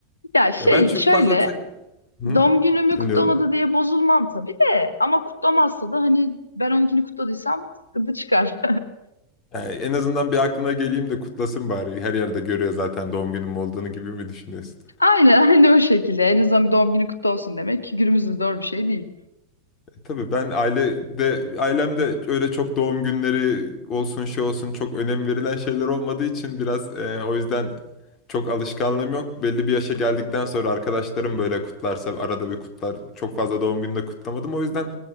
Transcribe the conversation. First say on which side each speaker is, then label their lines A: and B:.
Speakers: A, on the left; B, on the left.
A: Ya şey
B: Ya ben çok
A: şöyle
B: fazla tak... Hı?
A: doğum günümü
B: Dinliyorum.
A: kutlamadı diye bozulmam tabii de ama kutlamazsa da hani ben onunkini kutladıysam sıkıntı çıkar.
B: Yani en azından bir aklına geleyim de kutlasın bari. Her yerde görüyor zaten doğum günüm olduğunu gibi mi düşünüyorsun?
A: Aynen aynen o şekilde. En azından doğum günü kutlu olsun demek ki günümüzde zor bir şey değil.
B: E, tabii ben ailede, ailemde öyle çok doğum günleri olsun şey olsun çok önem verilen şeyler olmadığı için biraz e, o yüzden çok alışkanlığım yok. Belli bir yaşa geldikten sonra arkadaşlarım böyle kutlarsa arada bir kutlar. Çok fazla doğum gününü de kutlamadım. O yüzden